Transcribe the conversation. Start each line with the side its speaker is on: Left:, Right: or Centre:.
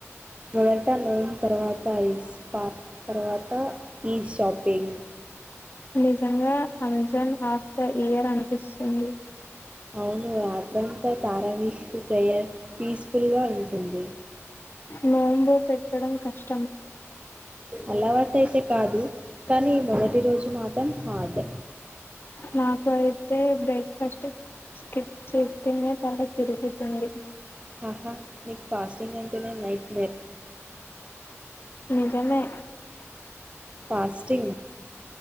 Right: మొదట నూన్ తర్వాతస్ పా తర్వాత ఈద్ షాపింగ్
Left: నిజంగా రంజన్ ఆఫ్ ద ఇయర్ అనిపిస్తుంది
Right: అవును రాత్రంతా తారావిహ ప్రేయర్ పీస్ఫుల్ గా ఉంటుంది
Left: నోం పెతడాం కష్టం
Right: అలవాటు అయితే కాదు కానీ మొదటి రోజు మాత్ర పం హార్డ్
Left: నాకు అయితే బ్రేక్ఫాస్ట్ స్కిప్ చేస్తేనే తల తిరుగుతుంది
Right: ఆహా నీకు ఫస్టింగ్ అంటే నేను నైట్ మలేర్
Left: ఇకన్నే
Right: ఫాస్టింగ్